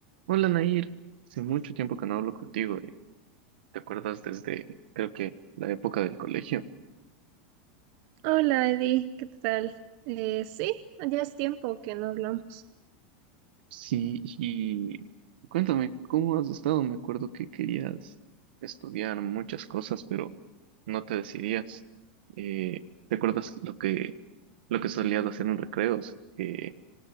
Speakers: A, on the right; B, on the right.
A: Hola Nair, hace mucho tiempo que no hablo contigo. eh. ¿Te acuerdas desde, creo que, la época del colegio?
B: Hola Eddie, ¿qué tal? Eh, sí, ya es tiempo que no hablamos.
A: Sí, y cuéntame, ¿cómo has estado? Me acuerdo que querías estudiar muchas cosas, pero no te decidías. Eh, ¿te acuerdas lo que, lo que solías hacer en recreos? Que